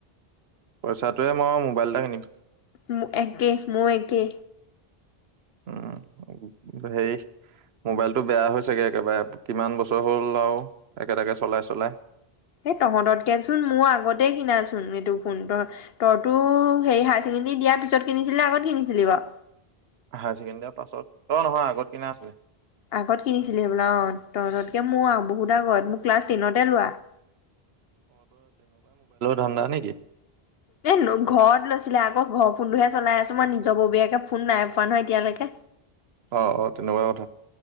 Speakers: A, on the right (about 80°); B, on the left (about 70°).
A: পইচাটোৱে মই মোবাইল এটা কিনিম
B: উম একে মও একে
A: উম হে মোবাইলটো বেয়া হৈছেগে একেবাৰে কিমান বছৰ হ'ল আৱ একেটাকে চলাই চলাই
B: এ তহঁততকেচোন মোৰ আগতে কিনাচোন এইটো ফোন ত তইতো হেৰি হায় ছেকেণ্ডৰী দিয়াৰ পিছত কিনিছিলি আগত কিনিছিলি বাৱ
A: হায় ছেকেণ্ডিৰ পাছত অ নহয় আগত কিনা আছিলে
B: আগত কিনিছিলি হবলা অ তহঁততকে মোৰ বহুত আগত মোৰ ক্লাছ টেনতে লোৱা
A: ধণ্ডা নেকি
B: এ ঘৰত লৈছিলে আকৌ ঘৰৰ ফোনটোহে চলাই আছো মই নিজৰ ববীয়াকে ফোন নাই পোৱা নহয় এতিয়ালৈকে
A: আহ অ তেনেকুৱা কথা